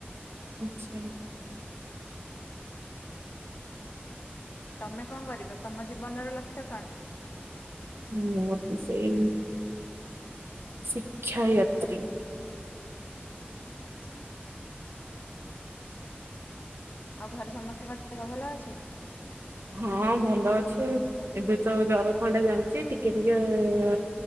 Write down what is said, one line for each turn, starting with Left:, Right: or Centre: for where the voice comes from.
Right: ଆଛା ହୁଁ।
Left: ତମେ କଣ କରିବ ତମ ଜୀବନର ଲକ୍ଷ୍ୟ କଣ?
Right: ମୁଁ ବି ସେଇ ଶିକ୍ଷ୍ୟୟତ୍ରୀ।
Left: ଆଚ୍ଛା। ଆଉ ଘରେ ସମସ୍ତଙ୍କ ଦେହ ଭଲ ଅଛି?
Right: ହଁ ଭଲ ଅଛି ଏବେ ତ ଜର ଖଣ୍ଡେ ଯାଉଛି ଟିକେ ଟିକେ